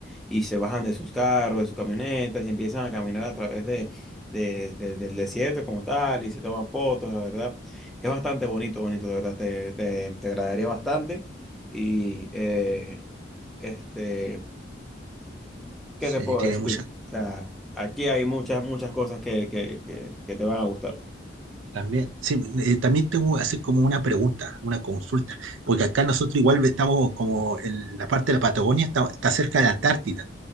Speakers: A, in the centre; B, on the right.
A: y se bajan de sus carros, de sus camionetas, y empiezan a caminar a través de, de- de- del desierto como tal, y se toman fotos, la verdad. Es bastante bonito, bonito, de verdad, te, te, te agradaría bastante. Y, eh, este, ¿qué
B: Sí,
A: te puedo
B: tiene
A: decir?
B: muchas.
A: O sea, aquí hay muchas, muchas cosas que, que, que que te van a gustar.
B: También, sí, eh, también te voy a hacer como una pregunta, una consulta, porque acá nosotros igual estamos como en la parte de la Patagonia, está, está cerca de la Antártida.